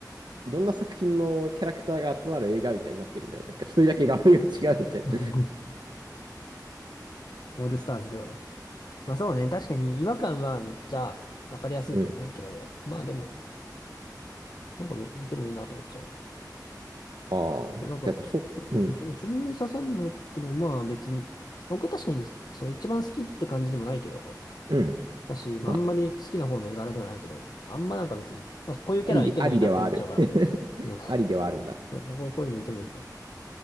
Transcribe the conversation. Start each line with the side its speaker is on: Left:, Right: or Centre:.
Right: いろんな作品のキャラクターが集まる映画みたいになってるんだよ。なんか一人だけ画風が違うみたいな。
Left: <laughs> オールスターズでは。まあそうね、確かに違和感はめっちゃわかりやすいと思うけど、
Right: <laughs> うん。
Left: まあでも、なんかいてもいいなと思っちゃうか
Right: ああ、
Left: ら。なんか、
Right: だからそ、
Left: そうそうそう、
Right: うん、
Left: そう自分に刺さんないってもまあ別に、僕確かにそう一番好きって感じでもないけど、
Right: うん。
Left: だし、まあんまり好きな方の絵柄ではないけど、
Right: まあ、
Left: あんまなんか別に、まあ、こういうキャラいてもいいなって思っちゃうから、
Right: ありで、ありではある。<laughs>
Left: うん、
Right: ありではあるんだ。
Left: こうこういうのいてもいいなって。